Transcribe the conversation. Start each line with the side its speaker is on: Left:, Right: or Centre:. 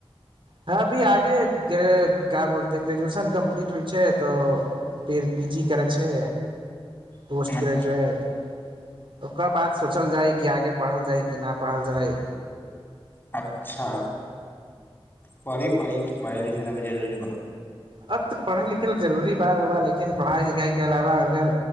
Right: हँ अभी आगे क्या बोलते ग्रेजुएशन कम्प्लीट होइ छै तऽ फेर पी जी करै छै
Left: बा
Right: पोस्ट ग्रेजुएट ओकर बात सोचल जाय कि आगे पढ़ल जाय कि नहि पढ़ल जाय
Left: अच्छा पढ़ि पढ़ि पढ़ लिख लब जरूरी ब
Right: अब तऽ पढ़य लिखय जरूरी बात हुआ लेकिन पढ़ाइ लिखाइके अलावा अगर